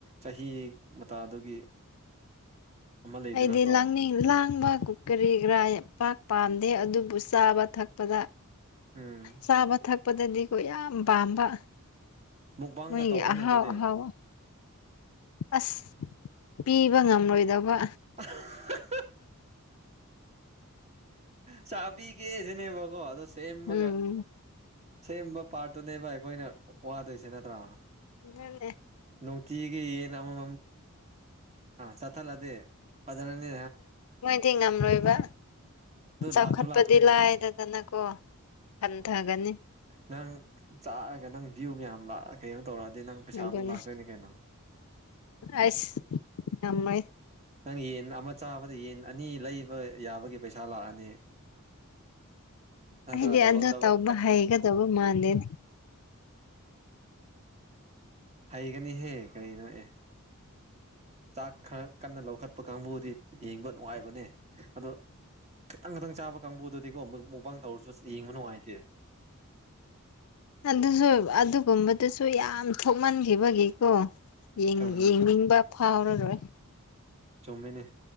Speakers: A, on the right; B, on the left.
A: ꯆꯍꯤ ꯃꯇꯥꯗꯨꯒꯤ ꯑꯃ ꯂꯩꯗꯅꯀꯣ
B: ꯑꯩꯗꯤ ꯂꯥꯡꯅꯤꯡ ꯂꯥꯡ ꯑꯪꯕ ꯀꯨꯀꯔꯤꯒꯔꯥꯄꯥꯛ ꯄꯥꯝꯗꯦ ꯑꯗꯨꯕꯨ ꯆꯥꯕ ꯊꯛꯄꯗ
A: ꯎꯝ
B: ꯆꯥꯕ ꯊꯛꯄꯗꯗꯤꯀꯣ ꯌꯥꯝ ꯄꯥꯝꯕ
A: ꯃꯨꯛꯕꯥꯡꯒ
B: ꯃꯣꯏ
A: ꯇꯧꯔꯣꯅꯦ
B: ꯍꯥꯎ
A: ꯑꯗꯨꯗꯤ
B: ꯍꯥꯎ ꯑꯁ ꯄꯤꯕ ꯉꯝꯂꯣꯏꯗꯕ
A: ꯑ ꯆꯕꯤꯤꯒꯦꯁꯤꯅꯦꯕꯣ ꯑꯗꯨꯗꯣ ꯁꯦꯝꯃꯒ
B: ꯎꯝ
A: ꯁꯦꯝꯕ ꯄꯥꯔꯠꯇꯨꯅꯦꯕ ꯑꯩꯈꯣꯏꯅ ꯋꯥꯗꯣꯏꯁꯦ ꯅꯠꯇ꯭ꯔꯥ
B: ꯑꯗꯨꯅꯦ
A: ꯅꯅꯨꯡꯇꯒ ꯑꯃ ꯆꯠꯊꯠꯂꯗꯤ ꯐꯖꯅꯅꯤ
B: ꯗꯤ ꯉꯝꯂꯣꯏꯕ ꯆꯥꯎꯈꯠꯄꯗꯤ
A: ꯂꯥꯛꯁꯨ ꯂꯥꯛꯀꯅꯤꯅ
B: ꯂꯥꯏꯗꯗꯅꯀꯣ ꯍꯊꯒꯅꯤ
A: ꯅꯪ ꯆꯥꯔꯒ ꯅꯪ ꯚ꯭ꯌꯨ ꯌꯥꯝꯌꯥꯝ ꯂꯥꯛꯑ ꯀꯩꯅꯣ ꯇꯧꯔꯛꯑꯗꯤ ꯅꯪ ꯄꯩꯁꯥꯃꯨꯛ
B: ꯑꯗꯨꯅꯦ
A: ꯂꯥꯛꯇꯣꯏꯅꯦ ꯀꯩꯅꯣ
B: ꯑꯁ ꯉꯥꯏ
A: ꯅꯪ ꯌꯦꯟ ꯑꯃ ꯆꯥꯕꯗ ꯌꯦꯟ ꯑꯅꯤ ꯂꯩꯕ ꯌꯥꯕꯒꯤ ꯄꯩꯁꯥ ꯂꯥꯛꯑꯅꯤ ꯅꯠꯇ꯭ꯔꯥ
B: ꯍꯥꯏꯗꯤ
A: ꯗꯕꯜ
B: ꯑ
A: ꯗꯕꯜ
B: ꯇꯧꯕ ꯍꯩꯒꯗꯕ ꯃꯥꯟꯗꯦꯅꯦ
A: ꯍꯩꯒꯅꯤꯍꯦ ꯀꯔꯤꯅꯣꯑꯦ ꯆꯥꯛ ꯈꯔ ꯀꯟꯅ ꯂꯧꯈꯠꯄ ꯀꯥꯡꯕꯨꯗꯤ ꯌꯦꯡꯕ ꯅꯨꯡꯉꯥꯏꯕꯅꯦ ꯑꯗꯣ ꯈꯤꯇꯪ ꯈꯤꯇꯪ ꯆꯥꯕ ꯀꯥꯡꯕꯨꯗꯨꯗꯤꯀꯣ ꯑꯃꯨꯛ ꯃꯨꯛꯕꯥꯥꯡ ꯇꯧꯔꯁꯨ ꯌꯦꯡꯕ ꯅꯨꯡꯉꯥꯏꯇꯦ
B: ꯑꯗꯨꯁꯨ ꯑꯗꯨꯒꯨꯝꯕꯗꯨꯁꯨ ꯌꯥꯝ ꯊꯣꯛꯃꯟꯈꯤꯕꯒꯤꯀꯣ ꯌꯦ
A: ꯆꯨꯝꯃꯦ
B: ꯌꯦꯡꯅꯤꯡꯕ
A: ꯆꯨꯝꯃꯦ
B: ꯐꯥꯎꯔꯔꯣꯏ
A: ꯆꯨꯝꯃꯤꯅꯦ